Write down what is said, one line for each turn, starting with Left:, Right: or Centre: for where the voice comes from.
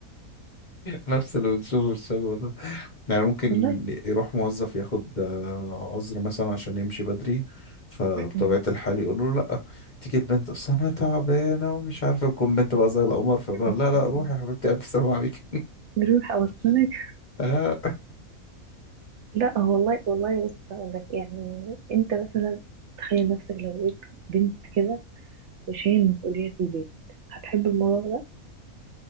Left: نفس اللي بنشوفه في الشغل ده يعني ممكن
Right: والله
Left: يروح موظف ياخد آه، عذر مثلا عشان يمشي بدري فبطبيعة
Right: مم. مم.
Left: الحال يقول له لا تيجي البنت اصل انا تعبانة ومش عارفة تكون بنت بقى زي القمر فيقول لها
Right: مم.
Left: لا لا روحي
Right: مم.
Left: يا حبيبتي الف سلام عليك
Right: نروح اوصلك
Left: آه
Right: لا والله والله بص هقول لك يعني انت مثلا تخيل نفسك لو بقيت بنت كده وشايل مسؤولية البيت هتحب الموضوع ده؟